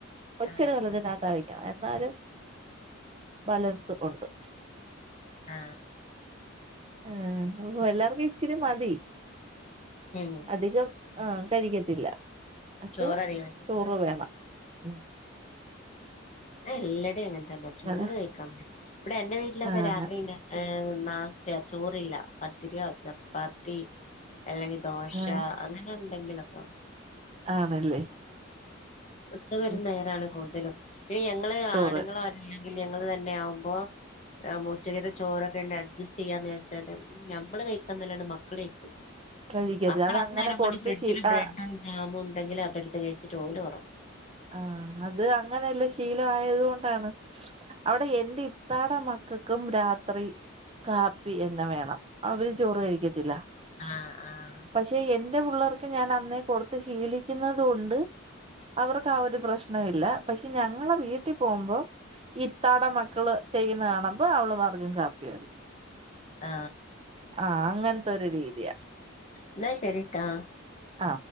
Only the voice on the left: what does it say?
ആഹ് ആഹ്
ആ
ഉം
ചോറ <unintelligible>
<unintelligible> ന്നെ ചോറ്
കഴിക്കാൻ ഇവിടെ എന്റെ വീട്ടിലൊക്കെ
രാത്രി
തിന്നാൻ നാസ്തയാ ചോറില്ല പത്തിരിയോ ചപ്പാത്തി അല്ലെങ്കിൽ ദോശ
അങ്ങനെയൊ ന്തെങ്കിലൊക്കെ
ഉച്ച വരും
നേരാണ് കൂട്ടിലും ഞങ്ങള്
ആണുങ്ങൾ ആരുമില്ലെങ്ക ഞങ്ങൾ തന്നെയാകുമ്പോൾ ഉച്ചക്കത്തെ ചോറ് തന്നെ അഡ്ജസ്റ്റ് ചെയ്യാന്ന് വിചാരിച്ചാലും നമ്മള് കഴിക്കേണ്ട അല്ലാതെ മക്കൾ കഴിക്കൂല
മക്കൾ
അന്നേരം
കൊണ്ട് ഫ്രിഡ്ജിൽ
ബ്രഡും
ജാം ഉണ്ടെങ്കിൽ അ എടുത്ത കഴിച്ചിട്ട് ഓര് ഒറങ്ങും <unintelligible>
ആ ആ
ആ
എന്നാ ശരിട്ടാ